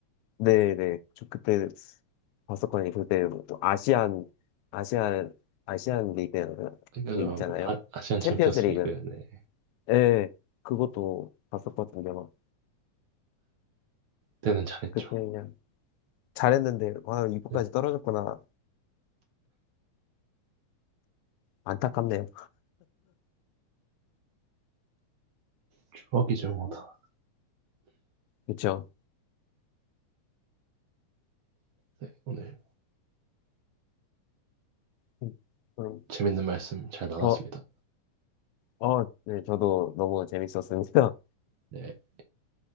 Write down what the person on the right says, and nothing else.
그러니까 저
아, 아시안
챔피언스
리그 네
때는 잘했죠
네
추억이죠 뭐다
네 오늘
재밌는 말씀 잘 나눴습니다
네